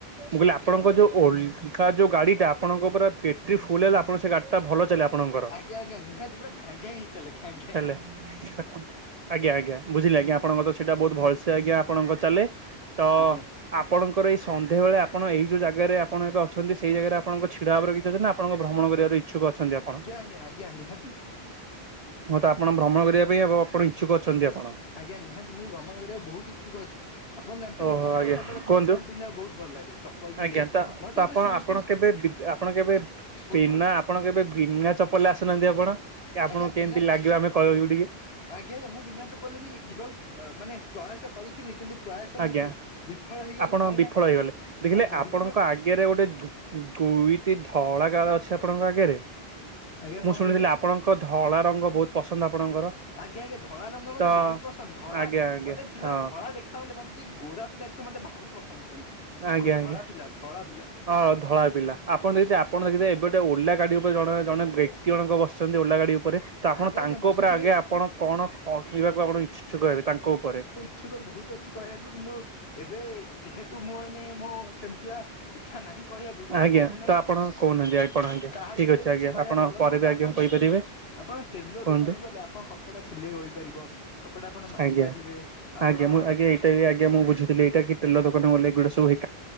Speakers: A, on the right; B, on the left.
A: କହିଲି ଆପଣଙ୍କ ଯୋଉ ଓଲି କା ଯୋଉ ଗାଡିଟା ଆପଣଙ୍କ ପରା ପିଡି ଫୁଲ୍ ଲେ ଆପଣ ସେ ଗାଟା ଭଲ ଚାଲେ ଆପଣଙ୍କର
B: ଆଜ୍ଞା ଆଜ୍ଞା ନିହାତି ପୁରା ଘାଇଁ ଘାଇଁ ହେଇ ଚାଲେ ଘାଇଁ ଘାଇଁ।
A: <inaudible> ଆଜ୍ଞା ଆଜ୍ଞା ବୁଝିଲି ଆଜ୍ଞା ଆପଣଙ୍କ ତ ସେଇଟା ବହୁତ୍ ଭଲ୍ ସେ ଆଜ୍ଞା ଆପଣଙ୍କ ଚାଲେ ତ ଆ
B: ଆଜ୍ଞା ଆଜ୍ଞା
A: ଆପଣଙ୍କର ଏଇ ସଂଧ୍ୟାବେଳେ ଆପଣ ଏଇ ଯୋଉ ଜାଗାରେ ଆପଣ ଏବେ ଅଛନ୍ତି ସେଇ ଜାଗାରେ ଆପଣଙ୍କ ଛିଡାବାର କିଛି ଅଛି ନା ଆପଣଙ୍କ ଭ୍ରମଣ କରିବାର‌ଇ ଛୁକ ଅଛନ୍ତି ଆପଣ
B: ଆଜ୍ଞା ଆଜ୍ଞା ନିହାତି
A: ହଁ ତ ଆପଣ ଭ୍ରମଣ କରିବା ପାଇଁ ଆପ ଆପଣ ଇଚ୍ଛୁକ ଅଛନ୍ତି ଆପଣ।
B: ଆଜ୍ଞା ନିହାତି ମୁଁ ଭ୍ରମଣ କରିବା ବହୁତ୍ ଇଚ୍ଛୁକ ଅଛି। ଆପଣ ଜାଣିଛନ୍ତି
A: ଓହୋ
B: ମତେ
A: ଆଜ୍ଞା
B: ସବୁବେଳେ
A: କୁହନ୍ତୁ
B: ଚପଲ୍ ପିନ୍ଧିଆକୁ ବହୁତ୍ ଭଲ ଲାଗେ ଚପଲ୍ ପିନ୍ଧିଆକୁ
A: ଆଜ୍ଞା ତ
B: ମତେ
A: ତ
B: କେବେ
A: ଆପଣ
B: ସୁସ୍
A: ଆପଣ କେବେ ଫି ଆପଣ କେବେ ବିନା
B: ଭଲ ଲାଗେ
A: ଆପଣ କେବେ ବିନା ଚପଲେ ଆସୁନାହାନ୍ତି ଆପଣ। କି ଆପଣଙ୍କୁ
B: ଆଜ୍ଞା ବିନା
A: କେନ୍ତି ଲାଗିବ ଆମେ କହିବୁ ଟିକେ।
B: ଆଜ୍ଞା ଆଜ୍ଞା ମୁଁ ବିନା ଚପଲେ ବି ଯିବାକୁ ମାନେ ପ୍ରୟାସ କରିଥିଲି କିନ୍ତୁ ପ୍ରାୟ
A: ଆଜ୍ଞା।
B: ମୁଁ ମୁଁ ବିଫଳ ହେଇଗଲି
A: ଆପଣ
B: କାହିଁକିନା
A: ବିଫଳ ହେଇଗଲେ ଦେଖିଲେ
B: ଆଜ୍ଞା
A: ଆପଣଙ୍କ
B: ବିଫଳ
A: ଆଗରେ ଗୋଟେ ଦୁଇଟି ଧଳା ଗାର ଅଛି ଆପଣଙ୍କ ଆଗରେ।
B: ଆଜ୍ଞା
A: ମୁଁ
B: କଣ
A: ଶୁଣିଥିଲି
B: କହିଲେ
A: ଆପଣଙ୍କ ଧଳା ରଙ୍ଗ ବହୁତ ପସନ୍ଦ ଆପଣଙ୍କର।
B: ଆଜ୍ଞା ଆଜ୍ଞା ଧଳା ରଙ୍ଗ ମତେ
A: ତ
B: ବହୁତ ପସନ୍ଦ ଧଳା
A: ଆଜ୍ଞା ଆଜ୍ଞା
B: ମତେ ପିଲା
A: ହଁ
B: ଧଳା ଦେଖ। ଦେଖାଲେ ମତେ ଯେ ଗୋରା ପିଲା ଏ ମତେ ଭାରି ପସନ୍ଦ ସେମିତି
A: ଆଜ୍ଞା ଆଜ୍ଞା
B: ଧଳା ପିଲା ଧଳା ପିଲା।
A: ହଁ ଧଳା ପିଲା ଆପଣ ଦେଖିଥିବେ ଆପଣ ଦେଖିଥିବେ ଏବେ ଗଟେ ଓଲା ଗାଡି ଉପରେ ଜଣେ ଜଣେ ବ୍ୟକ୍ତି ଜଣକ ବସିଛନ୍ତି ଓଲା ଗାଡି ଉପ ଉପରେ ତ ଆପଣ
B: ଆଜ୍ଞା
A: ତାଙ୍କ
B: ଆଜ୍ଞା ବସିଥିବେ
A: ଉପରେ ଆଗେ ଆପଣ କଣ କ କହିବାକୁ ଆପଣ ଇଚଛୁକ ହେବେ ତାଙ୍କ ଉପରେ।
B: ଇଛୁକ ବହୁତ ଅଛି କରିବାକୁ କିନ୍ତୁ ଏବେ ଯେହେତୁ ମୁଁ ଏଇନେ ମୋ ସେମିତିଆ ଇଛା ନାହିଁ କହିବାକୁ ତ ମୁଁ
A: ଆଜ୍ଞା
B: କହୁନାହିଁ
A: ତ ଆପଣ କହୁନାହାନ୍ତି ଆପଣ ଆଜ୍ଞା
B: କାହା
A: ଠିକ
B: ବିଷୟରେ
A: ଅଛି ଆଜ୍ଞା
B: କିଛି କହିବା
A: ଆପଣ
B: ଭଲ
A: ପରେ
B: ନୁହଁ
A: ବି
B: ତା ଆ
A: କହିପାରିବେ।
B: ଆପଣ ଟେଲର୍
A: କୁହନ୍ତୁ
B: ଦୋକାନ ଗଲେ ଆପଣଙ୍କ କପଡା ସିଲେଇ ହୋଇପାରିବ। କପଡ଼ା ଆପଣ ମାରିପାରିବେ
A: ଆଜ୍ଞା!
B: ଆପଣ
A: ଆଜ୍ଞ ମୁଁ ଆଜ୍ଞା ଏଇଟା ଆଜ୍ଞା ମୁଁ ବୁଝଥିଲି ଏଇଟା କି ତେଲ ଦୋକାନ ଗଲେ ଏଗୁଡ଼ା ସବୁ ହେ